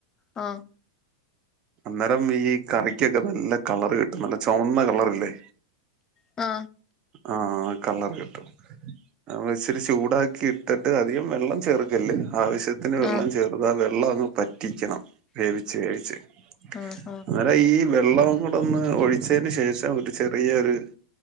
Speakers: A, on the left; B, on the right.
A: ആ
B: അന്നേരം ഈ കറിക്കൊക്കെ നല്ല കളറ് കിട്ടും നല്ല ചൊവന്ന കളറില്ലേ
A: ആ
B: ആ കളർ കിട്ടും ആ ഇച്ചിരി ചൂടാക്കി ഇട്ടിട്ട് അധികം വെള്ളം ചേർക്കല് ആവശ്യത്തിന്
A: ആഹ്
B: വെള്ളം ചേർത്ത് ആ വെള്ളം അങ്ങ് പറ്റിക്കണം വേവിച്ച് വേവിച്ച്
A: ആ ആ
B: അന്നേരം ഈ വെള്ളം കൂടെന്ന് ഒഴിച്ചതിന് ശേഷം ഒരു ചെറിയൊരു